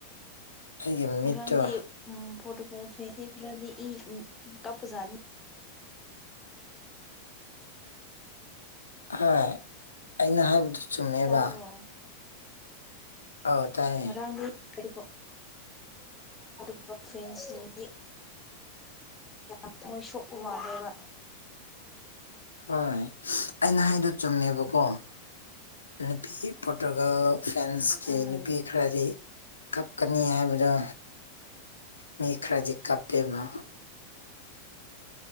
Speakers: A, on the left; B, on the left.
A: ꯑꯩꯒꯤ ꯃꯤꯠꯇꯣ
B: ꯉꯔꯥꯡꯗꯤ ꯎꯝ ꯄꯣꯇꯨꯒꯜ ꯐꯦꯟꯁꯦ ꯈꯔꯗꯤ ꯏ ꯀꯞꯄꯖꯥꯅꯤ
A: ꯍꫭꯏ ꯑꯩꯅ ꯍꯥꯏꯕꯗꯨ ꯆꯨꯝꯃꯦꯕ
B: ꯇꯥꯕ꯭ꯔꯣ
A: ꯑꯧ ꯇꯥꯏꯌꯦ
B: ꯉꯔꯥꯡꯗꯤ <unintelligible> ꯐꯦꯟꯁ ꯁꯤꯡꯗꯤ ꯌꯥꯝ ꯊꯃꯣꯏ ꯁꯣꯛꯄ ꯃꯥꯜꯂꯦꯕ
A: ꯍꯣꯏ ꯑꯩꯅ ꯍꯥꯏꯗꯣ ꯆꯨꯝꯃꯦꯕꯀꯣ ꯅꯨꯄꯤ ꯄꯣꯔꯇꯨꯒꯜ ꯐ꯭ꯔꯦꯟꯁꯀꯤ
B: ꯎꯝ
A: ꯅꯨꯄꯤ ꯈꯔꯗꯤ ꯀꯞꯀꯅꯤ ꯍꯥꯏꯕꯗꯣ ꯃꯤ ꯈꯔꯗꯤ ꯀꯞꯄꯦꯕ